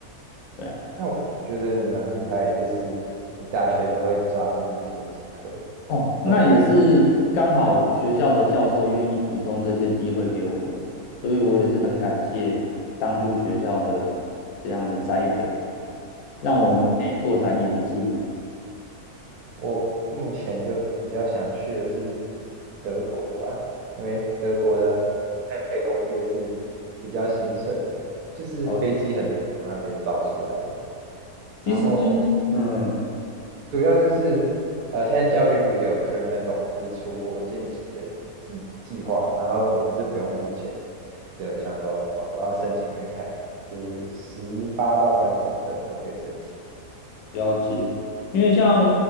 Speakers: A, on the left; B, on the right.
A: 对啊，
B: 那我觉得你蛮厉害的，就是你大学都会抓住这些机会。
A: 哦，
B: 那我
A: 那也是刚好学校的教授愿意提供这些机会给我们啊所以我也是很感谢当初学校的这样的栽培啦，让我们可以拓展眼界。
B: 哦，我目前就比较想去的是德国吧，因为德国的代工业是比较兴盛，就是飞机很多从那边造出来的。
A: 好其实，
B: 然后
A: 嗯，
B: 主要就是呃，现在教育部也有推那种就是出国见习的计计划，然后我们是不用付钱，所以我想说我我要申请看看，就是十八到三十岁都可以申请。
A: 了解，因为像